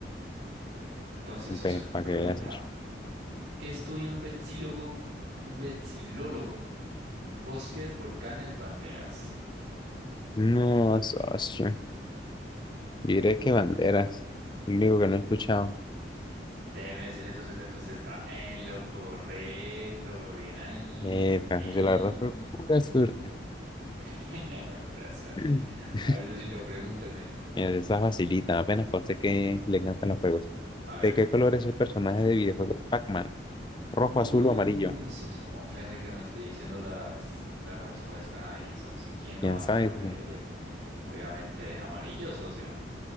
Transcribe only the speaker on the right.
Entonces,
socio, le
pregunta,
¿qué estudia un vexilólogo? Un vexilólogo. Fósiles, volcanes, banderas.
Déjeme decirle, socio, que usted está en lo correcto. Bien ahí,
bien ahí.
<laughs> Pura suerte.
A ver, Lucito, pregúnteme.
A ver.
No,
socio, me ofende que me esté diciendo las, las respuestas ahí, socio. ¿Quién no
va a
saber?
Obviamente es amarillo, socio.